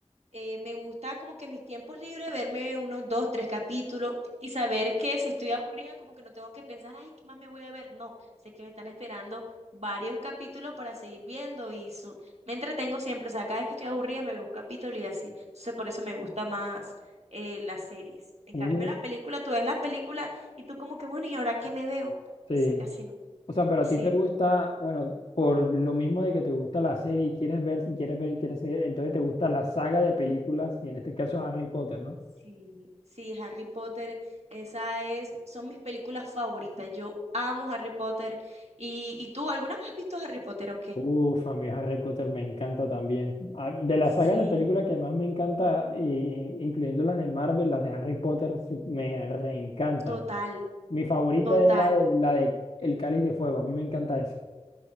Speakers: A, on the right; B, on the left.
A: eh, me gusta como que mis tiempos libres verme unos dos, tres capítulos y saber que si estoy aburrida como que no tengo que pensar, ay, ¿qué más me voy a ver? No, sé que me están esperando varios capítulos para seguir viendo y so- me entretengo siempre, o sea, cada vez que estoy aburrida me veo un capítulo y así. Entonces por eso me gusta más eh, las series. En
B: A
A: cambio,
B: mí me...
A: las películas, tú ves las películas y tú como que, bueno, ¿y ahora qué me veo?
B: Sí.
A: Sé casi no.
B: O sea, pero
A: Sí.
B: a ti te gusta, bueno, por lo mismo de que te gusta la serie y quieres ver, si quieres ver y quieres ver, entonces te gusta la saga de películas y en este caso Harry Potter, ¿no?
A: Sí, sí, Harry Potter, esa es, son mis películas favoritas. Yo amo Harry Potter. ¿Y, y tú, alguna vez has visto Harry Potter o qué?
B: Uf, a mí Harry Potter me encanta también. Ah, De la
A: Sí,
B: saga de películas que más me encanta, eh, incluyendo las de Marvel, las de Harry Potter, sí, me reencantan.
A: total,
B: Mi favorita
A: total.
B: es la de la de El Cáliz de Fuego. A mí me encanta esa.